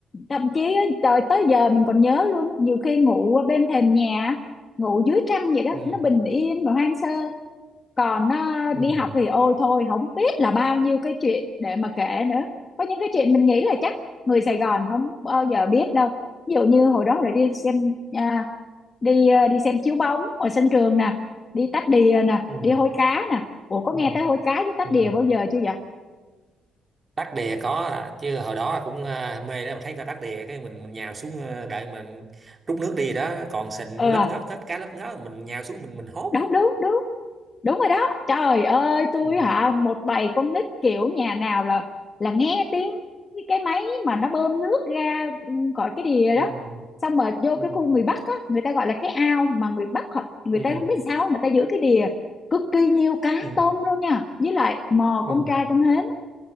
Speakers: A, on the left; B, on the right.
A: thậm chí á, trời tới giờ mình còn nhớ luôn, á, nhiều khi ngủ ở bên thềm nhà, ngủ dưới trăng vậy đó,
B: ừ,
A: nó bình yên và hoang sơ. còn à,
B: ừ,
A: đi học thì ôi thôi không biết là bao nhiêu cái chuyện để mà kể nữa có những cái chuyện mình nghĩ là chắc người Sài Gòn không bao giờ biết đâu ví dụ như hồi đó là đi xem à, đi ờ, đi xem chiếu bóng ở sân trường nè đi tách đìa nè
B: ừ,
A: đi hôi cá nè ủa có
B: ừ,
A: nghe tới hôi cá với tách
B: ừ.
A: đìa
B: ừ.
A: bao giờ chưa vậy
B: đắc đè có à, chứ hồi đó cũng à, mê đó mà thấy người ta đắc đè cái mình, mình nhào xuống à, đợi mà rút nước đi đó còn sình
A: ờ
B: lấp ngóp hết cá lấp ngóp mình nhào xuống mình mình hốt
A: đúng đúng đúng đúng rồi đó trời ơi tôi
B: ừ
A: hả một bầy con nít kiểu nhà nào là là nghe tiếng cái cái máy mà nó bơm nước ra ừ, khỏi cái đìa
B: ừ
A: đó xong rồi vô
B: ừ
A: cái khu người Bắc á người ta gọi là cái ao mà người Bắc họ người
B: ừ
A: ta không biết sao người ta giữ cái đìa cực kỳ nhiều cá
B: ừ
A: tôm luôn nha với lại mò
B: ừ
A: con trai con hến